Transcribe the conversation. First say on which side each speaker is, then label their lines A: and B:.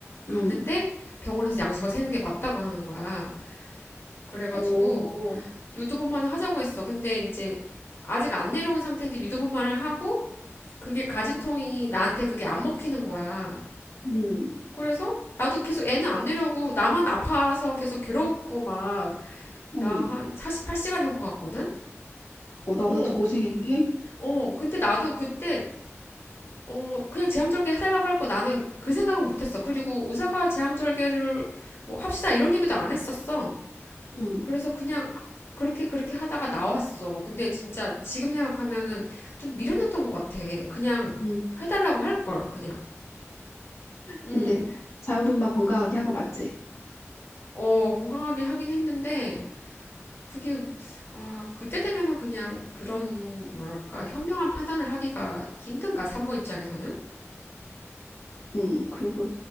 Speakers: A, on the left; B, on the left.
A: 갔는데
B: 응,
A: 병원에서 양수가 새는 게 맞다고 하는 거야. 그래가지고
B: 오,
A: 유두분만을 하자고 했어. 근데 이제 아직 안 내려온 상태인데 유두분만을 하고 그게 가진통이 나한테 그게 안 먹히는 거야.
B: 응,
A: 그래서 나도 계속 애는 안 내려고 나만 아파서 계속 괴롭고 막
B: 응,
A: 나 한 48시간 한 것 같거든?
B: 어, 나보다
A: 어,
B: 더 고생했네?
A: 어. 근데 나도 그때 어 그냥 제왕절개 해달라고 할 거 나는 그 생각은 못했어. 그리고 의사가 제왕절개를 뭐 합시다 이런 얘기도 안 했었어.
B: 응,
A: 그래서 그냥 그렇게 그렇게 하다가 나왔어. 근데 진짜 지금 생각하면은 좀 미련했던 것 같아. 그냥
B: 응,
A: 해달라고 할 걸, 그냥. 음,
B: 근데 자연분만 건강하게 한 거 맞지?
A: 어, 건강하게 하긴 했는데. 그게 아 그때 되면은 그냥 그런 뭐랄까 현명한 판단을 하기가 힘든가 산모 입장에서는
B: 응. 그리고